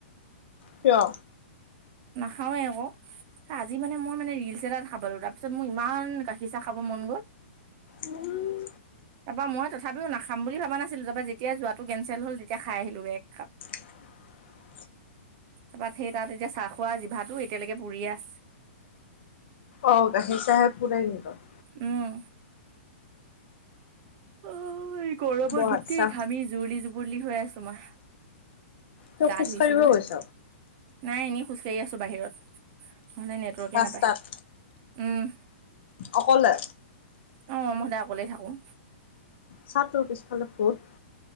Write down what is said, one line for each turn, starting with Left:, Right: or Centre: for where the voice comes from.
Left: কিয়?
Right: নাখাওঁৱে ক। ত' আজি মানে মই মানে ৰিলচ এটা দেখা পালো, তাৰপিছত মোৰ ইমান গাখীৰ চাহ খাব মন গ'ল।
Left: উম,
Right: তাৰ পৰা মই তথাপিও নাখাম বুলি ভাবা নাছিলো। তাপা যেতিয়া যোৱাটো কেনঞ্চেল হ'ল, তেতিয়া খাই আহিলোগে এক কাপ।
Left: <unintelligible>
Right: তাপাত সেই তাত এতিয়া চাহ খোৱা জিভাটো, এতিয়ালৈকে পুৰিয়ে আছে।
Left: অ', গাখীৰ চাহেব পুৰে নেকী বাৰু।
Right: উম। ঐ গৰমত
Left: বৰ
Right: গোটেই
Left: আচ্ছা।
Right: ঘামি জুৰুলি জুবোলি হৈ আছো মই।
Left: তই
Right: গা
Left: খোজ
Right: ধুইছিলো
Left: কাঢ়িব
Right: হে,
Left: গৈছ
Right: নাই এনেই খোজকাঢ়ি আছো বাহিৰত। নহলে নেটৱৰ্কে
Left: ৰাস্তাত
Right: নাপায়। উম।
Left: অকলে?
Right: অঁ', মই সদায় অকলে থাকোঁঙ।
Left: চা তোৰ পিছফালে ভোট।